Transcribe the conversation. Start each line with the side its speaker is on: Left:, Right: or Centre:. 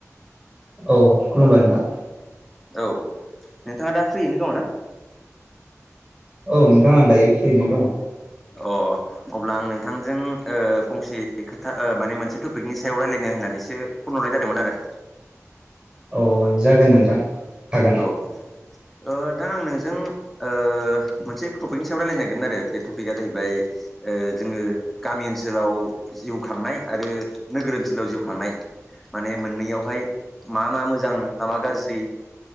Right: औ खुलुमबाय नोंथां
Centre: औ नोंथाङा दा फ्रियैनो दङ ना?
Right: औ नोंथां दायो फ्रियैनो दङ
Centre: अ अब्ला आं नोंथांजों ओ फंसे खोथा माने मोनसे टपिकनि सायाव रायलायनो होननानैसो फनहरनाय जादोंमोन आरो
Right: औ जागोन नोंथां हागोन
Centre: औ ओ नोंथां आं नोंजों ओ मोनसे टपिकनि सायाव रायलायनो नागिरदों आरो बे टपिकआ जाहैबाय ओ जोङो गामि ओनसोलाव जिउ खांनाय आरो नोगोर ओनसोलाव जिउ खांनाय माने मोननैयावहाय मा मा मोजां मा मा गाज्रि